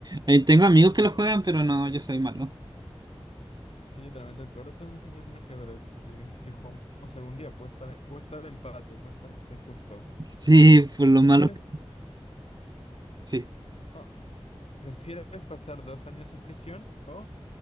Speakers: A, on the right (about 40°); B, on the left (about 75°).
A: Eh, tengo amigos que
B: Sí,
A: lo
B: igual.
A: juegan, pero no, yo soy malo.
B: Soy literalmente el peor de todos mis amigos en ajedrez, así que si jugamos algún día puede estar, puede estar empate, puede estar este justo.
A: Sí, por lo
B: ¿Prefieres,
A: malo que soy. Sí.
B: oh, ¿prefieres pasar dos años en prisión o